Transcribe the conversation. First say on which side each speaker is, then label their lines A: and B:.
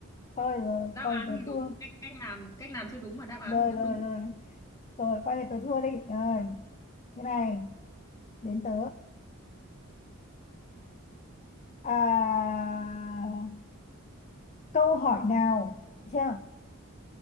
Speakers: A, on the left; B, on the left.
A: thôi rồi
B: đáp
A: coi
B: án
A: như tớ
B: thì đúng
A: thua
B: cách cách làm cách làm chưa đúng mà đáp án
A: rồi
B: thì vẫn
A: rồi
B: đúng
A: rồi rồi coi như tớ thua đi rồi cái này đến tớ à câu hỏi nào chưa